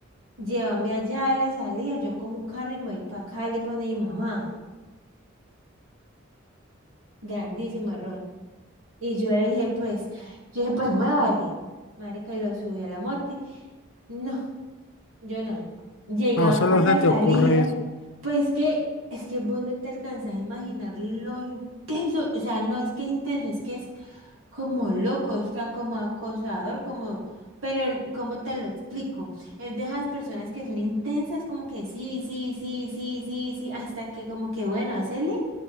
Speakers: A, on the right; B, on the left.
A: Llévame allá a la salida, yo cojo un carro y me voy para Cali para mi mamá. Grandísimo error. Y yo le dije, pues, yo dije, pues muévale. Marica, y lo subí a la moti. No, yo no. Llegamos
B: No, solo se
A: a la
B: te
A: salida
B: ocurre eso.
A: Pues que, es que vos no te alcanzas a imaginar lo intenso, o sea, no es que es intenso, es que es como loco, o sea, como acosador, como, pero ¿cómo te lo explico? Es de esas personas que son intensas, como que sí, sí, sí, sí, sí, sí, hasta que como que bueno, hacele.